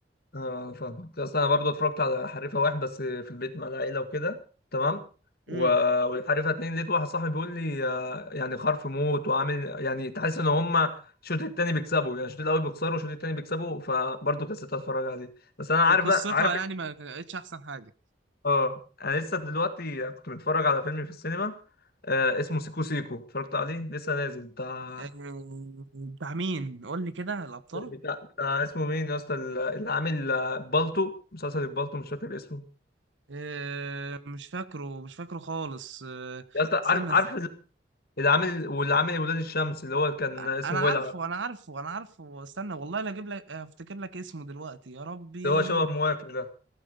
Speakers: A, on the left (about 55°); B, on the right (about 85°).
A: اه فاهمك بس انا برضو اتفرجت على حريفه واحد بس في البيت مع العيله وكده تمام و...
B: امم
A: والحريفه اتنين لقيت واحد صاحبي بيقول لي آه، يعني خرف موت وعامل يعني تحس ان هما الشوط التاني بيكسبوا يعني الشوط الاول بيخسروا والشوط التاني بيكسبوا فبرضه كسلت اتفرج عليه بس انا
B: فقصتها
A: عارف بقى عارف
B: يعني ما كانتش احسن حاجه
A: اه اه انا لسه دلوقتي كنت متفرج على فيلم في السينما آه اسمه سيكو سيكو اتفرجت عليه لسه نازل بتاع
B: آه، بتاع مين قول لي كده الابطال
A: بتاع, بتاع اسمه مين يا اسطى اللي عامل آه، بالطو مسلسل البالطو مش فاكر اسمه
B: آه، مش فاكره مش فاكره خالص آه،
A: يا اسطى
B: استنى
A: عارف
B: استنى.
A: عارف اللي عامل واللي عامل ولاد الشمس اللي هو اللي كان
B: انا
A: اسمه
B: عارفه
A: ولع
B: انا عارفه انا عارفه استنى والله لا اجيب لك افتكر لك اسمه دلوقتي يا ربي
A: اللي هو شبه موافق ده